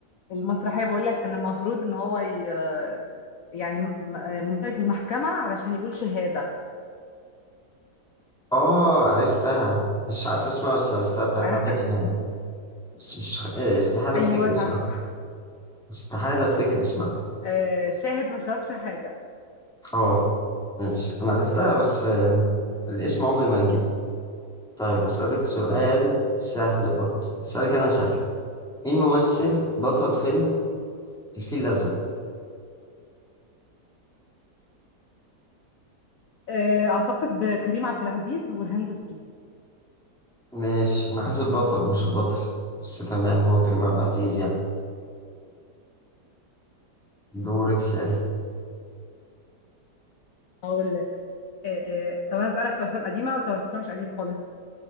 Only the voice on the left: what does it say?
المسرحية بقول لك كان المفروض ان هو ي... آه، يعني م- م- في المحكمة علشان يقول شهادة
عارف
ايوه
صح
آه شاهد ما شافش حاجة
اه
آه، اعتقد كريم عبد العزيز وهند صبري
اقول لك آه، طب انا اسالك في افلام قديمه طب ما تسمعش قديم خالص